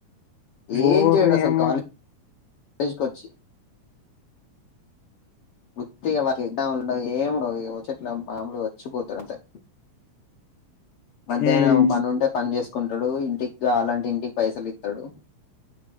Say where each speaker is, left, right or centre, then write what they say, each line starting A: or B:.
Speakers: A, on the left; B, on the left.
A: ఏం
B: ఓర్ని
A: జేయడు అసలు
B: యమ్మ
A: ఖాళీ తీసుకొచ్చి వుత్తిగా ఎవరు ఏమి ఉండదు ముచ్చట్లు మామూలు గా వచ్చిపోతడు అంతే మధ్యాహ్నం
B: ఉమ్
A: పని ఉంటే పని చేస్ కొంటడో ఎ ఇంటికి గావాలంటే ఇంటికి పైసలు ఇత్తడు